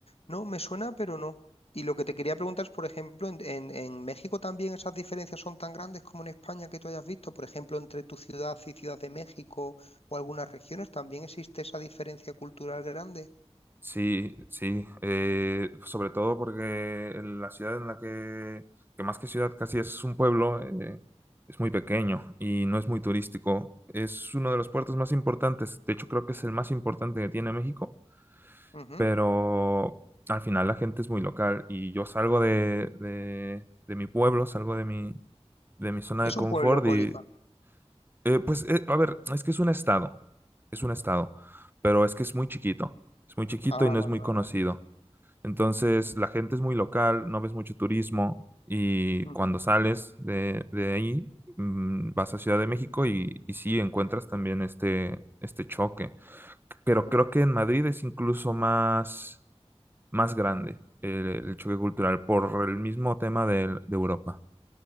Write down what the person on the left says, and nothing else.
No, me suena, pero no. Y lo que te quería preguntar es, por ejemplo, en, en- en México también esas diferencias son tan grandes como en España que tú hayas visto, por ejemplo, entre tu ciudad y Ciudad de México o algunas regiones, también existe esa diferencia cultural grande.
Ujú.
Es
un pueblo, Colima.
Ah,
vale,
vale,
vale.
Ujú,
ujú.